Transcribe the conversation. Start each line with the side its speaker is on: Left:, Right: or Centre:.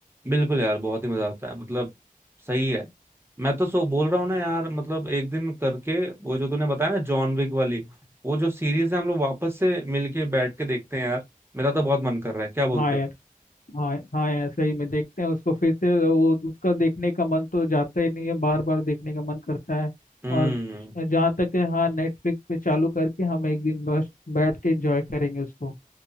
Right: बिल्कुल यार बहुत ही मजा आता है मतलब सही है मैं तो सो बोल रहा हूँ ना यार मतलब एक दिन करके वो जो तूने बताया ना जॉन विक वाली वो जो सीरीज है हम लोग वापस से मिलके बैठ के देखते हैं यार मेरा तो बहुत मन कर रहा है क्या बोलते
Left: हाँ
Right: हो
Left: यार हाँ हाँ ऐसे ही में देखते हैं उसको फिर से वो उसका देखने का मन तो जाता ही नहीं है बार बार देखने का मन करता है
Right: हम्म
Left: और जहाँ तक है हाँ नेटफ्लिक्स पे चालू करके हम एक दिन बस बैठ के एंजॉय करेंगे उसको